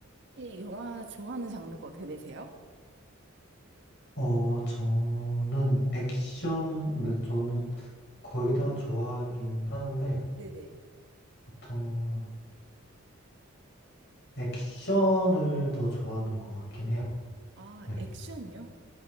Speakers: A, on the right; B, on the left.
A: 혹시 영화 좋아하는 장르가 어떻게 되세요?
B: 어, 저는 액션, 근데 저는 거의
A: 어,
B: 다 좋아하긴 하는데,
A: 네네.
B: 보통 액션을 더 좋아하는 것 같긴 해요.
A: 아,
B: 네,
A: 액션이요?